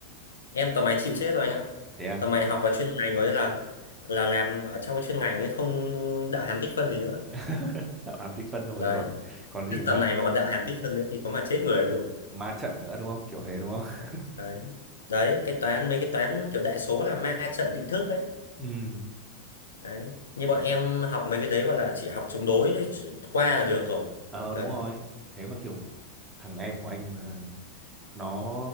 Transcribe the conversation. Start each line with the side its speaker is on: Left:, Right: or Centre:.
Left: em tầm này chịu chết rồi anh ạ
Right: thế à
Left: tầm này học vào chuyên ngành rồi là là làm ở trong cái chuyên ngành ấy không đạo hàm tích phân gì nữa
Right: <laughs> đạo hàm tích phân xong
Left: đấy
Right: rồi còn còn gì
Left: Chứ
Right: ma
Left: tầm này mà còn đạo hàm tích phân nữa thì có mà chết người luôn
Right: ma trận nữa đúng không kiểu thế đúng không
Left: đấy đấy cái toán mấy cái toán kiểu đại số là ma trận định thức ấy
Right: <laughs> ừ
Left: đấy như bọn em học mấy cái đấy gọi là chỉ học chống đối thôi, chỉ- qua là được rồi
Right: ờ
Left: đấy
Right: đúng rồi thế mà kiểu thằng em của anh mà nó